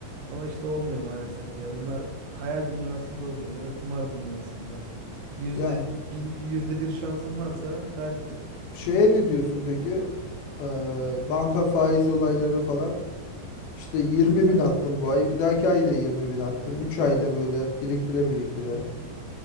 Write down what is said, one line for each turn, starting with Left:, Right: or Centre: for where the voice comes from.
Right: Ama işte olmuyor maalesef ya. Bunlar hayal dünyasında oluyor ya da kumar dünyasında. Yüzde
Left: Ya
Right: bir, bir- yüzde bir şansın varsa belki.
Left: şeye ne diyorsun peki? Ee, banka faiz olayları falan. İşte 20
Right: Ha,
Left: bin attım bu ay. Bir dahaki ayda 20 bin attım. 3 ayda böyle biriktire biriktire.